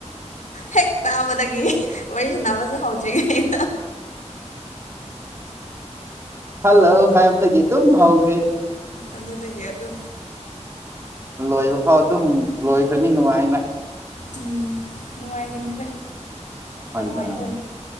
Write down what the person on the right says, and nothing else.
ꯍꯜꯂꯣ ꯍꯕ ꯗꯒꯤ ꯇꯝ ꯍꯒ꯭ꯔꯤ
ꯂꯣꯏꯕ ꯐꯥꯎ ꯑꯗꯨꯝ ꯂꯣꯏꯈ꯭ꯔꯅꯤ ꯅꯨꯡꯉꯥꯏꯅ
ꯍꯣꯏꯗ